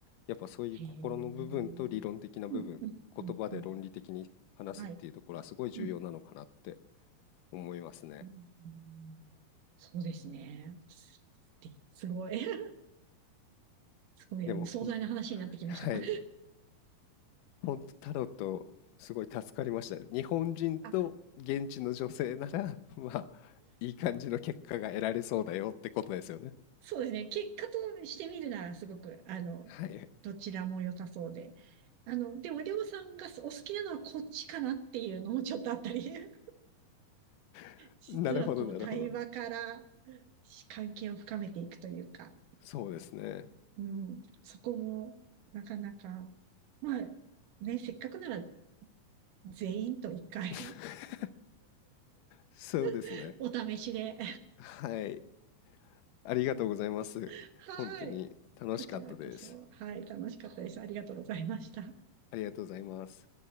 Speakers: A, on the left; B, on the right.
A: やっぱそういう心の部分と理論的な部分、
B: へえ。うん、うん、うん、
A: 言葉で論理的に話すっていうところはすごい重要なのかなって
B: うん。はい。うん、
A: 思いますね。
B: うん、うんそうですね。すすすごい。<laughs> すごい、
A: でもほん
B: あの、壮大な話になってきました。
A: <laughs> はい、
B: <laughs>
A: 本当タロットすごい助かりました。日本人と現地の女性なら、
B: あ
A: <laughs> まあ、いい感じの結果が得られそうだよってことですよね。
B: そうですね。結果としてみるなら、すごく、あの、
A: はい。
B: どちらも良さそうで。あの、でも、りょうさんがお好きなのはこっちかなっていうのもちょっとあったり。<laughs>
A: <laughs>
B: 実は、
A: なるほどなるほど。
B: こう、対話から関係を深めていくというか、
A: そうですね。
B: うん、そこも、なかなか、まあ、ね、せっかくなら、全員と一回
A: <laughs> そうですね。
B: <laughs> お試しで。
A: はい。ありがとうございます。
B: <laughs> はい。
A: 本当に楽しかったです。
B: こちらこそ、はい、楽しかったです。ありがとうございました。
A: ありがとうございます。